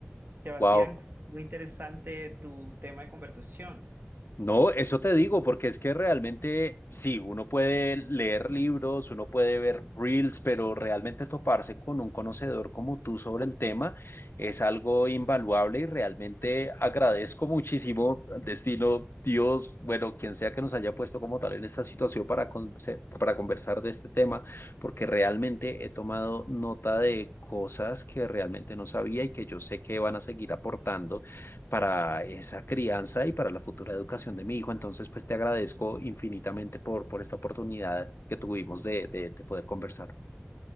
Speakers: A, on the right; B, on the left.
A: Sebastián,
B: wow,
A: muy interesante tu tema de conversación.
B: No, eso te digo, porque es que realmente, sí, uno puede leer libros, uno puede ver reels, pero realmente toparse con un conocedor como tú sobre el tema es algo invaluable y realmente agradezco muchísimo, destino, Dios, bueno, quien sea que nos haya puesto como tal en esta situación para, conse- para conversar de este tema, porque realmente he tomado nota de cosas que realmente no sabía y que yo sé que van a seguir aportando para esa crianza y para la futura educación de mi hijo. Entonces, pues te agradezco infinitamente por, por esta oportunidad que tuvimos de, de, de poder conversar.